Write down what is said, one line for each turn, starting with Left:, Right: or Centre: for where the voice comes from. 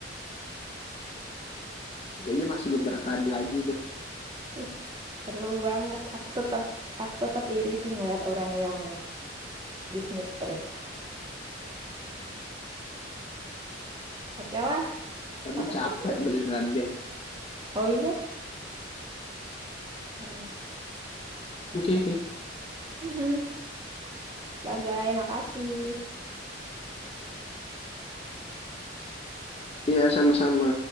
Left: kayaknya masih beberapa hari lagi deh
Right: ih seru banget aku tetap aku tetap iri sih ngeliat orang yang bisnis trip oke lah
Left: tapi
Right: kalau
Left: capek
Right: gitu
Left: beneran deh
Right: oh iya Ya, ya, ya.
Left: oke oke
Right: Mhm. bye bye makasih
Left: Iya, sama-sama.